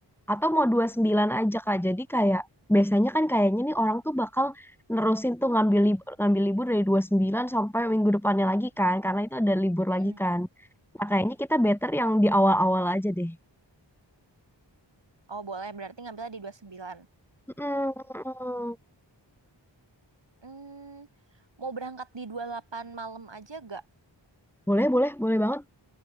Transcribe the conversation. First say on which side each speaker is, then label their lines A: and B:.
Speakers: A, in the centre; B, on the right.
A: Atau mau 29 aja Kak. Jadi kayak biasanya kan kayaknya nih orang tuh bakal nerusin tuh ngambil lib ngambil libur dari 29 sampai minggu depannya lagi kan karena itu ada libur
B: Mm.
A: lagi kan. Nah, kayaknya kita better yang di awal-awal aja deh.
B: Oh, boleh. Berarti ngambilnya di 29.
A: Mm-mm.
B: Hmm, mau berangkat di dua puluh delapan malam aja gak?
A: Boleh, boleh, boleh banget.